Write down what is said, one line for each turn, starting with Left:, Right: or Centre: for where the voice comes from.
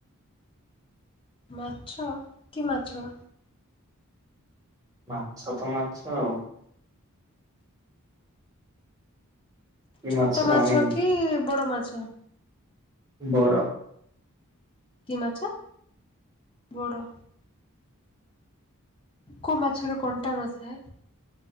Left: ମାଛ, କି ମାଛ?
Right: ମାଛ ତ ମାଛ ଆଉ। କି
Left: ଛୋଟ ମାଛ
Right: ଜାଣିନି
Left: କି ବଡ ମାଛ?
Right: ବଡ଼।
Left: କି ମାଛ, ବଡ। କୋଉ ମାଛର କଣ୍ଟା ନଥାଏ